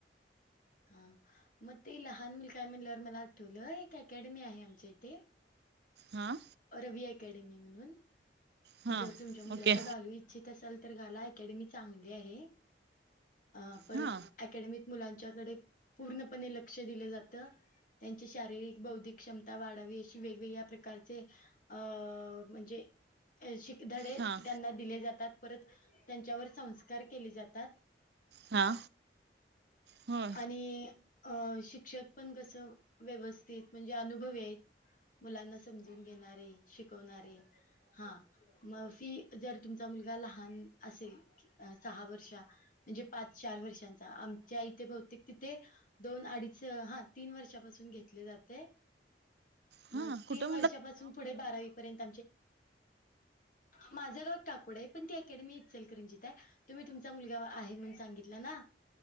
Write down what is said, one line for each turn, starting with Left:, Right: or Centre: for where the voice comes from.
Left: हां मग ते लहान मुल काय म्हणल्यावर, मला आठवलं एक अकॅडमी आहे आमच्या इथे.
Right: हां.
Left: रवी अकॅडेमी म्हणून,
Right: हा
Left: जर तुमच्या मुलाला
Right: ओके
Left: घालूच इ ठीक असाल तर, अकॅडमी चांगली आहे. अ.. परत
Right: हा.
Left: अकॅडमीत, मुलांच्या कडे पूर्णपणे लक्ष दिलं जातं. त्यांची शारीरिक बौद्धिक, क्षमता वाढावी अशी वेगवेगळ्या प्रकार. अ.. म्हणजे शिकधडे
Right: हा.
Left: त्यांना, दिले जातात परत. तेच्यावर संस्कार केले जातात.
Right: हा होय
Left: आणि अं.. शिक्षक पण कसं व्यवस्थित म्हणजे अनुभवी आहेत. मुलांना स जून घेणारे, शिकवणारे हा. मग फी जर तुमचा मुलगा लहान असेल सहा वर्षा. म्हणजे पाच चार वर्षांचा, आमच्या इथे बहुतेक तिथे. दोन अडीच हा तीन, वर्षापासून घेतले जाते
Right: हा
Left: मग.
Right: कुठं
Left: तीन वर्षापासून, पुढे बारावीपर्यंत. माझं गाव टाकोडे आहे पण, ती अकॅडमी इचलकरंजीत आहे. तुम्ही तुमचा मुलगा आहे, म्हणून सांगितलं ना